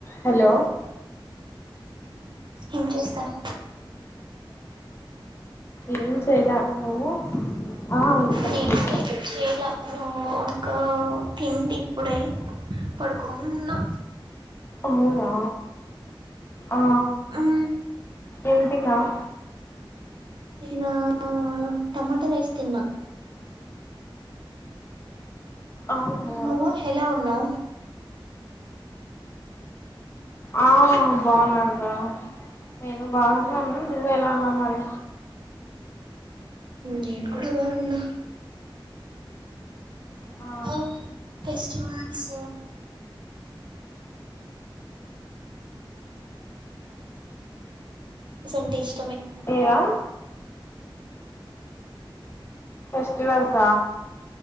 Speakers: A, on the left; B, on the right.
A: Hello
B: ఏం చేస్తనవ్
A: ఏం చేయలా నువ్వు ఆ వినపడుతుందా
B: నేను ఏం చేయలా గం ఒకా తింటి ఇప్పుడే పడుకోనున్నా
A: అవునా ఆ
B: మ్మ్
A: ఏం తిన్నావ్
B: నేనా టమాటా రైస్ తిన్నా
A: అవునా
B: నువ్వు ఎలా ఉన్నా
A: ఆ బాగున్నానురా నేను బాగున్నాను నువ్వు ఎలా ఉన్నావ్ మరి
B: నేను కూడా బాగున్నా
A: ఆ
B: ఓ ఫెస్టివల్స్ సంటె ఇష్
A: ఏరా ఫెస్టివల్స